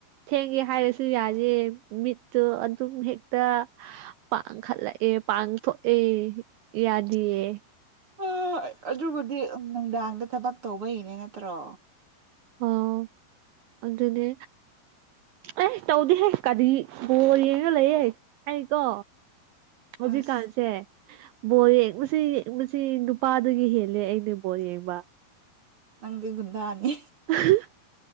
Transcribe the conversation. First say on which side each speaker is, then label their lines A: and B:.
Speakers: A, on the right; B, on the right.
A: ꯊꯦꯡꯒꯦ ꯍꯥꯏꯔꯁꯨ ꯌꯥꯏꯌꯦ ꯃꯤꯠꯇꯨ ꯑꯗꯨꯝ ꯍꯦꯛꯇ ꯄꯥꯡꯈꯠꯂꯛꯑꯦ ꯄꯥꯡꯊꯣꯛꯑꯦ ꯌꯥꯗꯤꯌꯦ
B: <unintelligible> ꯑꯗꯨꯕꯨꯗꯤ ꯅꯨꯡꯗꯥꯡꯗ ꯊꯕꯛ ꯇꯧꯕꯩꯅꯦ ꯅꯠꯇ꯭ꯔꯣ
A: ꯑꯥꯎ ꯑꯗꯨꯅꯦ ꯑꯦ ꯇꯧꯗꯤꯍꯦ ꯀꯔꯤ ꯕꯣꯜ ꯌꯦꯡꯉ ꯂꯩꯌꯦ ꯑꯩ ꯀꯣ ꯍꯧꯖꯤꯛꯀꯥꯟꯁꯦ
B: ꯑꯁ
A: ꯕꯣꯜ ꯌꯦꯡꯕꯁꯤ ꯌꯦꯡꯕꯁꯤ ꯅꯨꯄꯥꯗꯒꯤ ꯍꯦꯜꯂꯦ ꯑꯩꯗꯤ ꯕꯣꯜ ꯌꯦꯡꯕ
B: ꯅꯪꯗꯤ ꯒꯨꯟꯗꯥꯅꯤ
A: <inaudible>